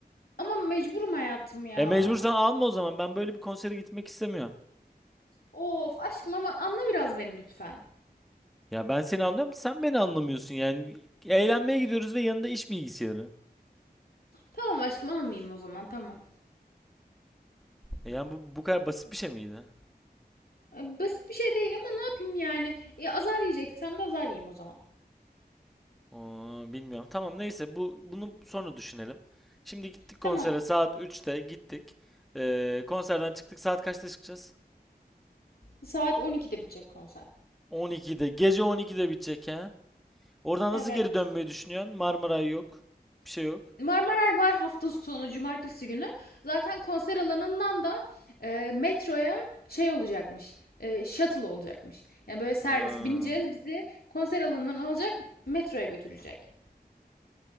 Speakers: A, on the left; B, in the centre.
A: Ama mecburum hayatım ya.
B: E mecbursan alma o zaman. Ben böyle bir konsere gitmek istemiyorum.
A: Of aşkım ama anla biraz beni lütfen.
B: Ya ben seni anlıyorum, da sen beni anlamıyorsun yani. Eğlenmeye gidiyoruz ve yanında iş bilgisayarı.
A: Tamam aşkım almayayım o zaman tamam.
B: E yani bu bu kadar basit bir şey miydi?
A: E, Basit bir şey değil ama ne yapayım yani? E, azar yiyeceksem de azar yiyeyim o zaman.
B: Oo, bilmiyorum. Tamam neyse bu bunu sonra düşünelim. Şimdi gittik konsere
A: Tamam.
B: saat üçte gittik. Ee, konserden çıktık saat kaçta çıkacağız?
A: Saat 12'de bitecek konser.
B: 12'de. Gece 12'de bitecek ha. Oradan
A: Evet.
B: nasıl geri dönmeyi düşünüyorsun? Marmaray yok. Bir şey yok.
A: Marmaray var hafta sonu cumartesi günü. Zaten konser alanından da e, metroya şey olacakmış. E, shuttle olacakmış. Yani böyle servis
B: Ha.
A: bineceğiz bizi konser alanından alacak metroya götürecek.